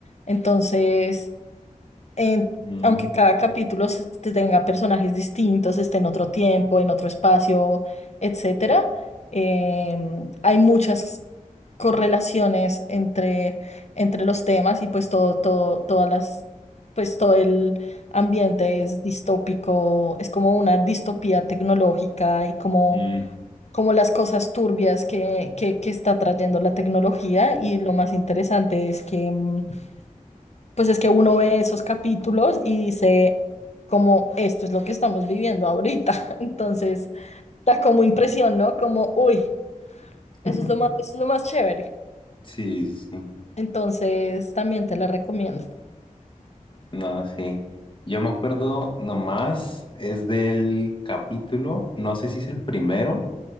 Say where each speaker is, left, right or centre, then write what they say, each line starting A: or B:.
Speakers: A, on the left; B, on the left.
A: Entonces, en-
B: Mm,
A: aunque cada capítulo se- te tenga personajes distintos, esté en otro tiempo, en otro espacio, etcétera, em, hay muchas correlaciones entre, entre los temas y pues todo, todo, todas las, pues todo el ambiente es distópico, es como una distopía tecnológica y como,
B: mm.
A: como las cosas turbias que, que, que está trayendo la tecnología y lo más interesante es que... em, pues es que uno ve esos capítulos y dice como esto es lo que estamos viviendo ahorita. <laughs> Entonces, da como impresión, ¿no? Como, uy,
B: <laughs>
A: eso es lo más, eso es lo más chévere.
B: Sí, sí, sí.
A: Entonces, también te la recomiendo.
B: No, sí. Yo me acuerdo nomás, es del capítulo, no sé si es el primero,